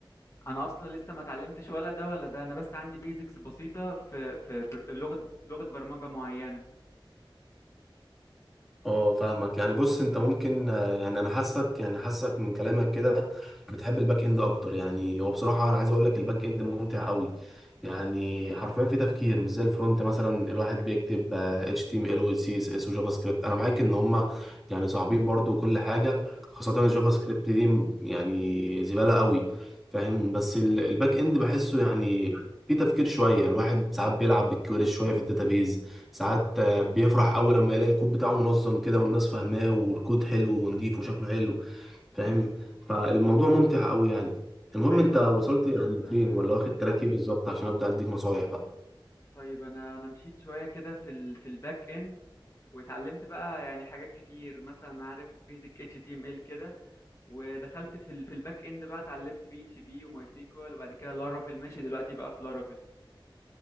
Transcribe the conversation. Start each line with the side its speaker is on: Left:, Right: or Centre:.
Left: انا اصلا لسه ما اتعلمتش ولا ده ولا ده انا بس عندي بيزكس بسيطة في في بر- لغة لغة برمجة معينة
Centre: اه فاهمك يعني بص انت ممكن آه، يعني انا حاسك يعني حاسك من كلامك كده بتحب الباك اند اكتر يعني هو بصراحه انا عايز اقول لك الباك اند ممتع قوي يعني حرفيا في تفكير مش زي الفرونت مثلا الواحد بيكتب آه، اتش تي ام ال وسي اس اس وجافا سكريبت انا معاك ان هم يعني صعبين برضو كل حاجه خاصه الجافا سكريبت دي م- يعني زباله قوي فاهم بس ال- الباك اند بحسه يعني في تفكير شويه الواحد ساعات بيلعب بالكويري شويه في الداتابيز ساعات بيفرح اول لما يلاقي الكود بتاعه منظم كده والناس فاهماه والكود حلو ونضيف وشكله حلو فاهم فالموضوع ممتع قوي يعني المهم
Left: ايوه
Centre: انت وصلت
Left: بالظبط
Centre: يعني فين
Left: انا
Centre: ولا واخد تراك ايه بالظبط عشان ابدا اديك نصايح بقى
Left: طيب انا انا مشيت شويه كده في ال في الباك اند واتعلمت بقى يعني حاجات كتير مثلا عارف بيزك اتش تي ام ال كده ودخلت في ال في الباك اند بقى اتعلمت بي اتش بي وماي سيكوال وبعد كده لارافيل ماشي دلوقتي بقى في لارافيل